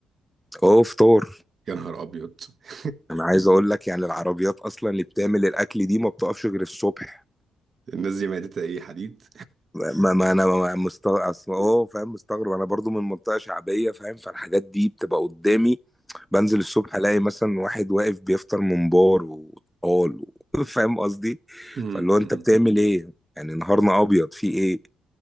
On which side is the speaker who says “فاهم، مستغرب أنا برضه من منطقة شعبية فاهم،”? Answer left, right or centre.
Centre